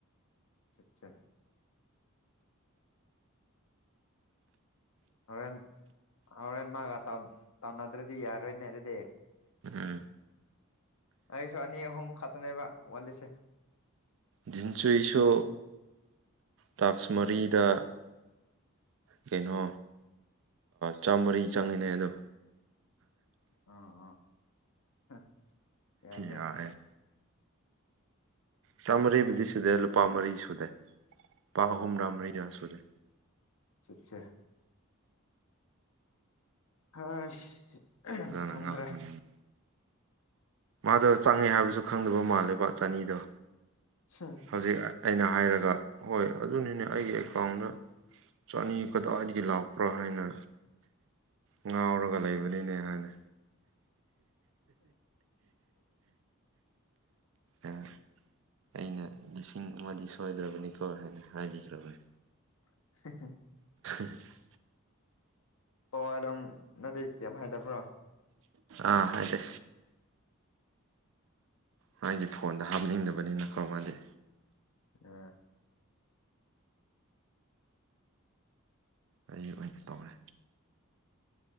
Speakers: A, on the left; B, on the right.
A: ꯆꯥ ꯆꯥ ꯍꯣꯔꯦꯟ ꯍꯣꯔꯦꯟ ꯃꯥꯒ ꯇꯧꯅꯗ꯭ꯔꯗꯤ ꯌꯥꯔꯣꯏꯅꯦ ꯑꯗꯨꯗꯤ
B: ꯎꯝ
A: ꯑꯩꯁꯨ ꯑꯅꯤ ꯑꯍꯨꯝ ꯈꯛꯇꯅꯦꯕ ꯋꯥꯠꯂꯤꯁꯦ
B: ꯗꯤꯟꯆꯣꯏꯁꯨ ꯇꯥꯛꯁ ꯃꯔꯤꯗ ꯀꯩꯅꯣ ꯆꯥꯝꯃꯔꯤ ꯆꯪꯉꯤꯅꯦ ꯑꯗꯣ
A: ꯑ ꯑꯥ ꯌꯥꯏꯅꯦ
B: ꯌꯥꯏ ꯆꯥꯝꯃꯔꯤꯕꯨꯗꯤ ꯁꯨꯗꯦ ꯂꯨꯄꯥ ꯃꯔꯤ ꯁꯨꯗꯦ ꯂꯨꯄꯥ
A: ꯑꯥ
B: ꯑꯍꯨꯝꯔꯥ ꯃꯔꯤꯔꯥ ꯁꯨꯗꯦ
A: ꯆꯥ ꯆꯥ ꯍꯁ
B: ꯐꯖꯅ
A: ꯈꯪꯗ꯭ꯔꯦ
B: ꯉꯥꯡꯕꯅꯤꯅ ꯃꯥꯗꯣ ꯆꯪꯉꯦ ꯍꯥꯏꯕꯁꯨ ꯈꯪꯗꯕ ꯃꯥꯜꯂꯦꯕ ꯆꯥꯅꯤꯗꯣ
A: ꯍꯝ
B: ꯍꯧꯖꯤꯛ ꯑꯩꯅ ꯍꯥꯏꯔꯒ ꯍꯣꯏ ꯑꯗꯨꯅꯤꯅꯦ ꯑꯩꯒꯤ ꯑꯦꯀꯥꯎꯟꯗ ꯆꯥꯅꯤ ꯀꯗꯥꯏꯗꯒꯤ ꯂꯥꯛꯄ꯭ꯔꯥ ꯍꯥꯏꯅ ꯉꯥꯎꯔꯒ ꯂꯩꯕꯅꯤꯅꯦ ꯍꯥꯏꯅ ꯑ ꯑꯩꯅ ꯂꯤꯁꯤꯡ ꯑꯃꯗꯤ ꯁꯣꯏꯗ꯭ꯔꯕꯅꯤꯀꯣ ꯍꯥꯏꯅ ꯍꯥꯏꯕꯤꯈ꯭ꯔꯕꯅꯤ
A: <inaudible>
B: <inaudible>
A: ꯄꯋꯥꯗꯪ ꯅꯠꯗꯦ ꯀꯔꯤꯝ ꯍꯥꯏꯗꯕ꯭ꯔꯥ
B: ꯑꯥ ꯍꯥꯏꯗꯦ꯫ ꯃꯥꯒꯤ ꯐꯣꯟꯗ ꯍꯥꯞꯅꯤꯡꯗꯕꯅꯤꯅꯀꯣ ꯃꯥꯗꯤ꯫
A: ꯑ꯫
B: ꯑꯩ ꯑꯣꯏꯅ ꯇꯧꯔꯦ꯫